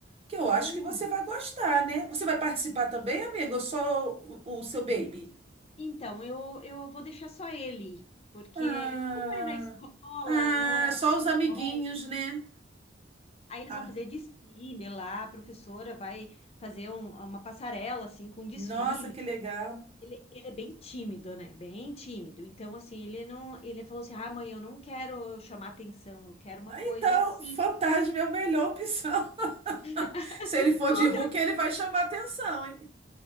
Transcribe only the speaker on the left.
sim.
En- Então, eu, eu vou deixar só ele, porque
eu- como é na escola,
no horário
de
escola.
Aí eles
vão fazer desfile lá, a professora vai fazer um- uma passarela assim com desfiles.
Ele, ele é bem tímido, né? Bem tímido. Então assim, ele não, ele falou assim: "Ah, mãe, eu não quero chamar atenção, eu quero uma
coisa assim,
<laughs>
se
esconder".